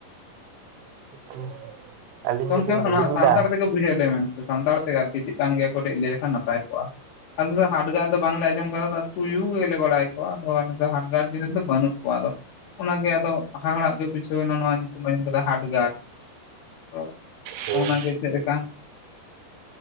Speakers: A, on the right; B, on the left.
A: <inaudible>
B: ᱜᱚᱢᱠᱮ
A: ᱦᱚᱞᱤᱧ ᱦᱤᱲᱤᱧ
B: ᱚᱱᱟ ᱥᱟᱱᱛᱟᱲ
A: ᱮᱫᱟ
B: ᱛᱮᱜᱮ ᱵᱩᱡᱷᱟᱹᱣ ᱟᱞᱮᱢᱮ ᱥᱟᱱᱛᱟᱲ ᱛᱮᱜᱮ ᱟᱨᱠᱤ ᱪᱮᱫᱠᱟᱱ ᱜᱮᱭᱟ ᱠᱟᱹᱴᱤᱡ ᱞᱟᱹᱭ ᱞᱮᱠᱷᱟᱱ ᱱᱟᱯᱟᱭ ᱠᱚᱜᱼᱟ? ᱟᱞᱮ ᱫᱚ ᱦᱟᱰᱜᱟᱨ ᱫᱚ ᱵᱟᱝᱞᱮ ᱟᱸᱡᱚᱢ ᱠᱟᱫᱟ ᱛᱚ, ᱛᱩᱭᱩ ᱜᱮᱞᱮ ᱵᱟᱲᱟᱭ ᱠᱚᱣᱟ ᱟᱫᱚ ᱚᱱᱠᱟ ᱦᱟᱰᱜᱟᱨ ᱡᱤᱱᱤᱥ ᱫᱚ ᱵᱟᱹᱱᱩᱜ ᱠᱚᱣᱟ ᱟᱫᱚᱼᱼ ᱚᱱᱟᱜᱮ ᱟᱫᱚ ᱦᱟᱦᱟᱲᱟᱜ ᱜᱮ ᱵᱩᱡᱷᱟᱹᱣ ᱱᱟ ᱱᱚᱣᱟ ᱧᱩᱛᱩᱢ ᱟᱸᱡᱚᱢ ᱠᱮᱫᱟ ᱦᱟᱰᱜᱟᱨ᱾ ᱛᱚ
A: ᱦᱮᱸ
B: ᱟᱫᱚ ᱚᱱᱟ ᱜᱮ ᱪᱮᱫ ᱞᱮᱠᱟᱱᱼᱼ